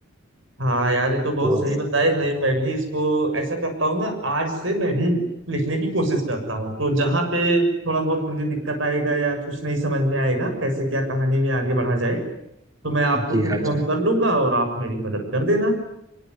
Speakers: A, on the right; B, on the right.
A: हाँ यार ये तो बहुत
B: तो
A: सही बताया नहीं मैं भी इसको ऐसा करता हूँ ना आज से मैं भी लिखने की कोशिश करता हूँ तो जहाँ पे थोड़ा बहुत मुझे दिक्कत आएगा या कुछ नहीं समझ में आएगा कैसे क्या कहानी में आगे बढ़ा जाए तो मैं आपको
B: जी
A: फिर
B: हाँ जी
A: फोन
B: हाँ
A: कर लूंगा और आप मेरी मदद कर देना